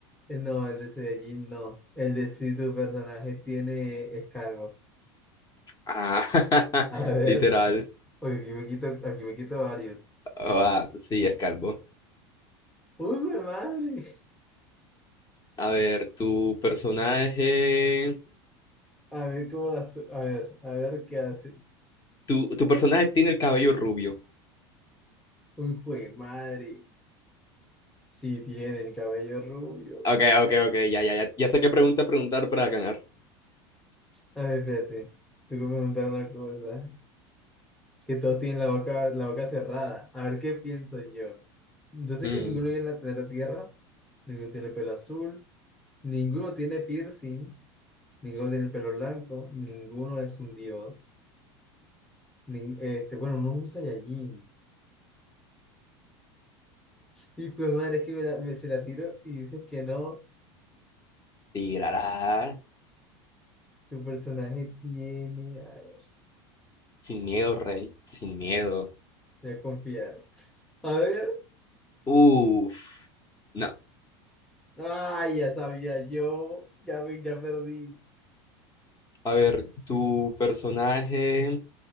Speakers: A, in the centre; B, on the left.
A: No, el de Saiyajin no. El de si tu personaje tiene escargo.
B: Ah, <laughs>
A: A ver,
B: literal.
A: porque aquí me quito, aquí me quito varios.
B: Ah, sí, es calvo.
A: ¡Uy, jue madre!
B: A ver, tu personaje...
A: A ver cómo las. A ver, a ver qué haces.
B: Tu, tu personaje tiene el cabello rubio.
A: ¡Uy, jue madre! Si el cabello rubio.
B: Ok, ok, ok, ya, ya, ya, ya sé qué pregunta preguntar para ganar.
A: A ver, espérate. Tengo que preguntar una cosa. Que todos tienen la boca, la boca cerrada. A ver qué pienso yo. Yo sé
B: Mm.
A: que ninguno vive en la planeta Tierra. Ninguno tiene pelo azul. Ninguno tiene piercing. Ninguno tiene el pelo blanco. Ninguno es un dios. nin- este, bueno, no es un Saiyajin. Hijo de madre, es que me, la- me se la tiro y dices que no.
B: Tirará
A: Tu personaje tiene. a ver,
B: sin miedo, rey, sin miedo.
A: voy a confiar. A ver.
B: Uf, no.
A: Ay, ya sabía yo. Ya, vi- ya perdí.
B: A ver, tu personaje.